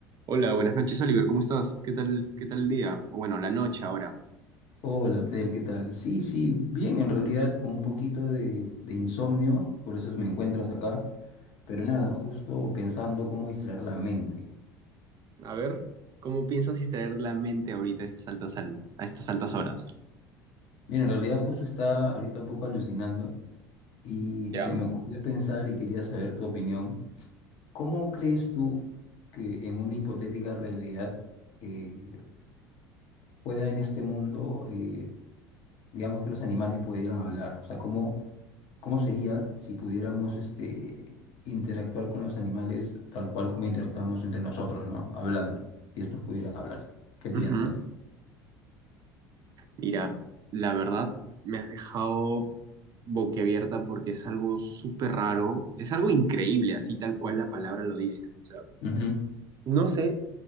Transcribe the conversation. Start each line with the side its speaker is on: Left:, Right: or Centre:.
Right: Hola, buenas noches, Oliver. ¿Cómo estás? ¿Qué tal, qué tal el día? O bueno, la noche ahora.
Left: Hola Abdel, ¿qué tal? Sí, sí, bien, en realidad con un poquito de, de insomnio, por eso me encuentras acá, pero nada, justo pensando cómo distraer la mente.
Right: A ver, ¿cómo piensas distraer la mente ahorita a estas altas, al- a estas altas horas?
Left: Bien, en realidad justo está ahorita un poco alucinando y
Right: Ya,
Left: se me ocurrió pensar y quería saber tu opinión. ¿Cómo crees tú que en una hipotética realidad eh, pueda en este mundo, eh, digamos que los animales pudieran hablar? O sea, ¿cómo, ¿Cómo sería si pudiéramos este, interactuar con los animales tal cual como interactuamos entre nosotros, ¿no? Hablando, si estos pudieran hablar. ¿Qué piensas?
Right: Ujú. Mira, la verdad me has dejado boquiabierta porque es algo súper raro, es algo increíble, así tal cual la palabra lo dice. ¿no? O sea,
Left: Ujú.
Right: no sé